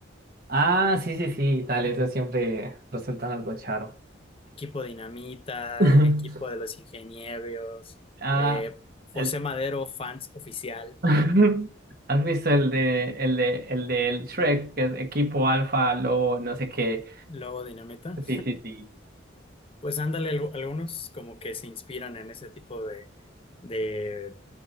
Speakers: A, on the right; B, on the left.
A: Ah, sí, sí, sí, dale, eso siempre resulta en algo charo.
B: Equipo Dinamita,
A: <laughs>
B: el equipo de los ingenieros,
A: Ah,
B: eh, José
A: el...
B: Madero, fans oficial,
A: <laughs> ¿Has visto el de, el de, el del Shrek, que es equipo alfa, lobo, no sé qué?
B: luego Dinamita.
A: Sí, sí, sí.
B: Pues ándale, algu- algunos como que se inspiran en ese tipo de... de